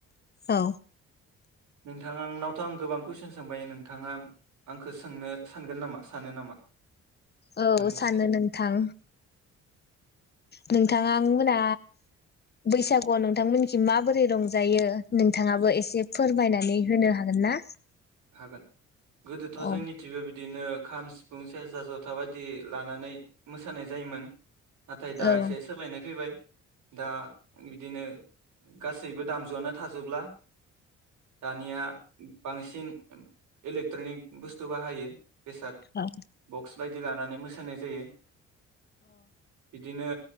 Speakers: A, on the left; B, on the right.
A: औ।
B: नोंथांंआंनावथ' आं गोबां कुइसन सोंबाय नोंथाङा आंखौ सोंनो सानगोन नामा सानो नामा?
A: औ
B: मोननैसो
A: सानो नोंथां नोंथां
B: सों
A: मोना बैसागुआव नों थांमोनसिम माबोरै रंजायो नोंथाङाबो एसे फोरमायनानै होनो हा गोन ना।
B: हागोन गोदोथ'
A: औ
B: जोंनि थिबो बि दिनो खाम सिफुं सेरजा जथा बायदि लानानै मोसानाय जायोमोन नाथाय दा
A: औ
B: एसे सोलायनाय फैबाय, दा बिदिनो गासैबो दामजुआनो थाजोबला, दानिया बांसि सिन ओम इलेक्ट्रनिक बुस्थु बाहायो। बेसाद
A: औ
B: बक्स। बायदि लानानै मोसानाय जायो बिदिनो